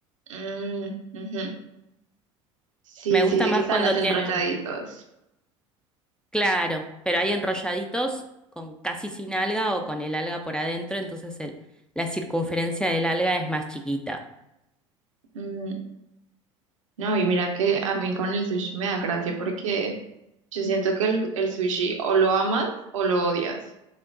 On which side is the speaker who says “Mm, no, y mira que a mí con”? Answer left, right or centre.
Right